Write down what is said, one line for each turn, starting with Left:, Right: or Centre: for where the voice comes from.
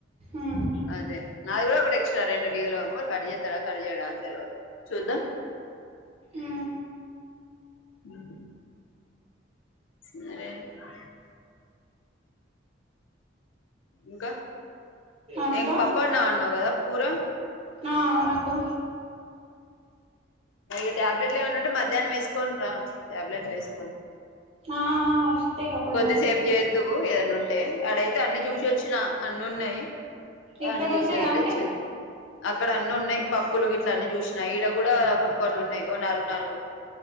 Right: ఉమ్
Left: అదే నా అది గూడా ఒకటి ఎక్స్ట్రా రెండు లివ్ లో కట్ చేస్తడా కట్ చేయడా అని తెలివదు చూద్దాం
Right: ఉ
Left: ఉ సరే రా ఇంకా
Right: అక్క
Left: ఇం పప్పు వొండి అన్నావు కదా కూర
Right: ఆ అవున అక్కా
Left: మరి టాబ్లెట్లు ఏమైనా ఉంటే మధ్యాహ్నం ఎ సుకోని రా టాబ్లెట్లు ఎసుకోని
Right: ఆ వస్తాయి అప్పటి
Left: కొద్ది
Right: వరకి
Left: సేపు జెత్ ఎందు ఏదన్న ఉంటే అడైతే అన్ని చూసి వోచ్చిన అన్ని ఉన్నాయి ఏ
Right: ఇక్కడ
Left: వన్నా చేసేది
Right: ఉన్నాయా
Left: ఉంటే
Right: అన్ని
Left: చే అక్కడ అన్ని ఉన్నాయి పప్పులు గిట్ల అన్ని చూసినా ఇడా గూడా కొన్ని కొన్ని ఉన్నాయి ఓ నాలుగు నాలుగు